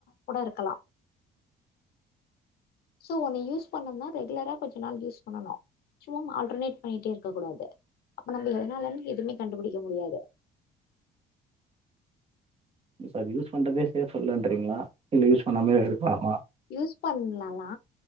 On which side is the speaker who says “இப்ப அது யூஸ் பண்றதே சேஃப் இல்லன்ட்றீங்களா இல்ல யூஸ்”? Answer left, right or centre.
Right